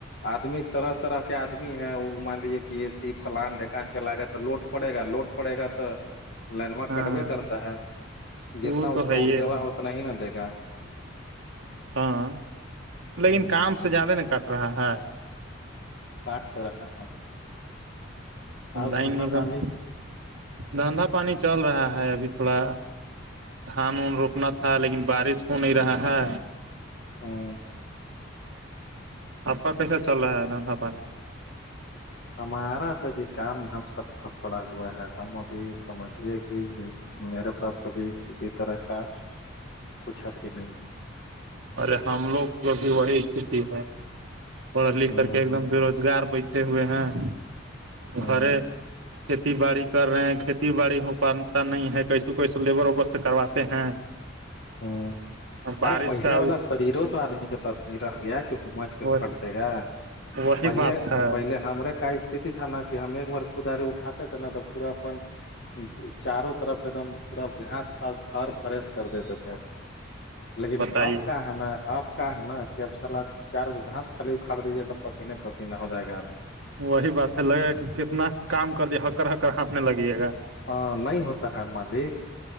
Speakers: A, on the left; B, on the right.
A: آدمی طرح طرح کے آدمی ہے وہ مان لیے کہ اے سی فلان ڈھکان چلا گا تو لوڈ پڑے گا لوڈ پڑے گا تو لائنوا
B: ہاں
A: کٹوے کرتا ہے جتنا
B: وہ
A: اس
B: تو
A: کا
B: ہے یہ
A: ارجا
B: ہے
A: اتنا ہی نہ دے گا
B: ہاں لیکن
A: ہ
B: کام سے زیادہ نہیں کٹ رہا ہے
A: <unintelligible> آؤ دھندا
B: لائن نگم
A: پانی
B: دھندندا پانی چل رہا ہے ابھی تھوڑا دھان وان روپنا تھا لیکن بارش ہو نہیں رہا ہے
A: ہاں
B: آ پکا کیسا چل رہا ہے دھندا پانی
A: ہمارا توبھی کام ہم سب کا پڑا ہوا ہے ہم ابھی سمجھیے کہ میرے پاس ابھی کسی طرح کا کچھ اتیھی نہیں ہے
B: ارے ہم لوگ کو بھی وہی استھتی ہے پڑھ لکھ
A: ہ
B: کر کے ایک دم بے روزگار بیٹھے ہوئے ہیں
A: ہ
B: گھر کھیتی باڑی کر رہے ہیں کھیتی باڑی ہو پاتا نہیں ہے کیسو کیسو لیبر اور سے کرواتے ہیں
A: ہوں
B: اور بارش
A: ارے پہلے
B: کا
A: والا شریروں تو آدمی کے پاس نہیں رہ گیا کہ ہومچ
B: وہی
A: کھٹ دے گا
B: وہی
A: پہلے
B: بات ہے
A: پہلے ہمارے کا استھتی تھا نا کہ ہم ایک بار کداری اٹاتے تھے نا تب پورا اپن چاروں طرف ایک دم پورا گھاس پھاس فر فریش کر دیتے تھے ہے لیکن
B: بتائیے
A: آپ کا ہے نا آپ کا ہے نا کہ اب سالا چار گو گھاس خالی اکھاڑ دیجیے تو پسینے پسینے ہوجائے گا آدمی
B: وہی بات ہے لگے کہ کتنا کام کر دیا ہکر ہکر ہانپنے لگیے گا
A: ہاں نہیں ہوتا شعیب ملک